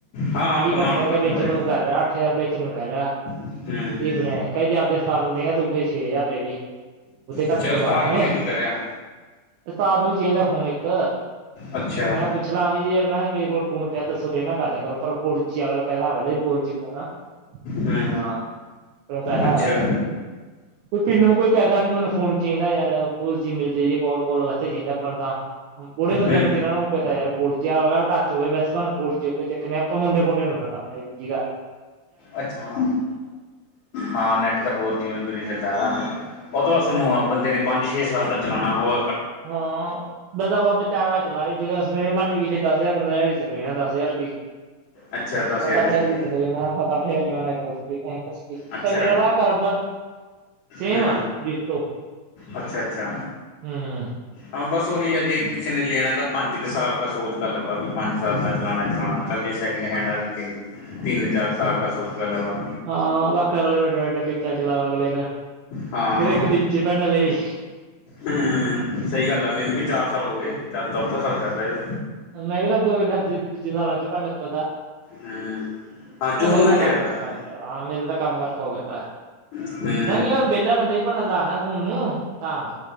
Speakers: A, on the left; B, on the right.
A: ਹਾਂ
B: ਤਾਜੀ
A: ਹਾਂ ਘੁਮਾਣਾ
B: ਪੱਠ ਹੈਂ
A: ਤਾਂ
B: ਵੇਚਣ
A: ਹੋ ਆਇਆ
B: ਨੂੰ ਕਹਿ ਰਿਹਾ ਅੱਠ ਹਜ਼ਾਰ ਵੇਚਣ ਨੂੰ ਕਹਿ ਰਿਹਾ
A: ਹੂੰ
B: ਦੀਪ ਨੇ ਕਹਿ ਕੇ ਆਪਦੇ। ਸਾਨੂੰ ਦੇਗਾ ਤੂੰ ਫੇਰ ਛੇ ਹਜ਼ਾਰ ਰੁਪਏ ਦੀ। ਉਹ ਤੇ
A: ਅੱਛਾ
B: ਘੱਟ ਕਮਾਵਾਂ
A: ਉਸਤਾਦ
B: ਲਾਗੇ
A: ਵੀ ਲੈਣ
B: ਅਸੀਂ
A: ਨੂੰ ਕਹਿ ਰਿਹਾ
B: ਤਾਂ ਆਪ ਵੀ। ਇਹ ਨਾ ਹੁਣ ਇੱਕ।
A: ਅੱਛਾ
B: ਮੈਂ ਪੁੱਛ ਲਾ ਵੀ ਔਰ ਨਾਹੀਂ ਮੇਰੇ ਕੋਲ ਫੋਨ ਪਿਆ। ਦੱਸੋ ਵੇ ਨਾਲ ਕਰ ਲਿਆ ਕਰੋ? ਭਰਪੂਰ ਚਾਵਲ। ਕਰਿਆ ਮੈਂ ਵੀ ਸੀ ਫੋਨ 'ਚ ਫੋਨ ਆ
A: ਹੂੰ
B: ਹਾਂ ਚਲ ਕਹਿੰਦਾ
A: ਅੱਛਾ
B: ਹਾਲੇ ਤੈਨੂੰ ਕੋਈ ਕਹਿੰਦਾ ਵੀ ਮੈਨੂੰ ਫੋਨ। ਜੇ ਨਾ ਯਾਰ ਕੋਲ ਜੀ ਮਿਲ ਜੇ ਕੌਲ ਕੌਲ ਵਾਸਤੇ ਚਾਹੀਦਾ ਆਪਾਂ ਨੂੰ ਤਾਂ। ਹੂੰ ਬੁੱਢੇ ਬੰਦਿਆ
A: ਹੂੰ
B: ਨੂੰ ਕਿਹੜਾ ਪਤਾ ਯਾਰ ਫੋਨ ਹੋਗਾ ਉਹ ਟੱਚ ਹੋਵੇ ਬਸ। ਨੂੰ ਫੋੜ ਜਾ ਆਪ ਮੁੰਡੇ ਕੁਡੇ ਨੂੰ ਪਤਾਗਾ,
A: ਅੱਛਾ ਹਾਂ ਨੈਟ ਤਾਂ ਫੋਰ ਜੀ ਵਧੀਆ ਚਲਾ ਔ ਤੋ ਬਸ ਨਿਓ ਏ ਬੰਦੇ ਨੇ ਪੰਜ ਛੇ ਸਾਲ ਤ ਚਲਾਣਾ ਹੋਆ।
B: ਹਾਂ ਬਾ ਕੁਲ ਬੱਚਾ ਕੇ ਚਲਵਾ, ਅ ਮਾਨੇ, ਫੇ ਦਸ ਹਜ਼ਾਰ ਪੰਦਰਾਂ ਹਜ਼ਾਰ ਚੱਕਣੇ ਆ ਦੱਸ। ਫੇਰ ਕੀ,
A: ਅੱਛਾ ਦਸ ਹਜ਼ਾਰ
B: ਸਤ ਅੱਠ
A: ਦੀ ਸਕਰੀਨ
B: ਹਜਾਰ ਇਕ ਤੋ ਲੇਨਾ ਸਤ ਅੱਠ ਹਜ਼ਾਰ ਇਕ ਤੋ ਲੇਨਾ,
A: ਅੱਛਾ
B: ਤਾਂ ਮੇਰਾ ਆ ਕਰਬ ਸੇਮ
A: ਹੂੰ
B: ਆ ਡੀਟੋ
A: ਅੱਛਾ-ਅੱਛਾ
B: ਹੂੰ,
A: ਹਾਂ ਬਸ ਉਹੀ ਆ ਜੇ ਕਿਸੇ ਨੇ ਲੈਣਾ। ਤਾਂ ਪੰਜ ਕੁ ਸਾਲ ਕ ਸੋਚ ਕਰ ਲਮਾ ਵੀ ਪੰਜ ਸਾਲ ਦਾ ਚਲਾਣਾ ਚ ਜ ਸੈਕਿੰਡ ਹੈਂਡ ਆ ਤਾ ਤਿੰਨ ਚਾਰ ਸਾਲ ਕ ਕੁਸ ਗੱਲ ਹੈ ਵਾ,
B: ਹਾਂ ਬਾਕੀ ਅਗਲੇ <unintelligible> ਤਾ ਚਲਾਓ ਅਗਲੇਗਾ
A: ਹਾਂ
B: ਕਿਦੇ ਇੱਕ ਦਿਨ ਚ ਭੈਣ ਲਈ ਵੀ,
A: ਹੂੰ, ਸਹੀ ਗੱਲ ਆ ਮੈਨੂੰ ਵੀ ਚਾਰ ਸਾਲ ਹੋ ਗਏ ਚੌਥਾ ਸਾਲ ਚੱਲ ਰਿਹਾ
B: ਮੈਂ ਵੀ ਤਾਂ ਦੋ ਵੀ, <unintelligible>
A: ਹੂੰ ਹਾਂ ਜੂਨ
B: ਚ ਮੇਰੇ
A: ਮੈਂ
B: ਦਾ
A: ਲਿਆ
B: ਕੰਮ
A: ਤਾ
B: ਕਰਕਾ
A: ਮੈਨੇ
B: ਹੋ ਜਾ ਹਾਂ ਮੇਰੇ ਤਾਂ ਕੰਮ ਕਰਕਾ ਹੋ ਗਿਆ ਤ
A: ਹੂੰ-ਹੂੰ
B: ਮੈਂ ਕਿਹਾ ਕੀ ਵਾਰ ਵਿਹਲਾ ਬੰਦਾ ਹੀ ਭਨ ਲਾ ਫੋਨ ਨੂੰ ਤਾਂ,